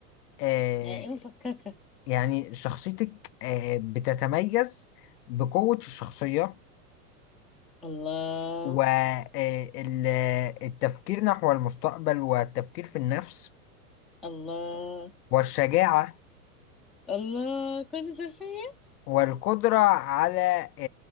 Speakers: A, on the left; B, in the centre.
A: آه
B: يعني ايه مفككة
A: يعني شخصيتك آه بتتميز بقوة الشخصية
B: الله
A: والتفكير نحو المستقبل والتفكير في النفس
B: الله
A: والشجاعة
B: الله كل ده فيا
A: والقدرة على آه،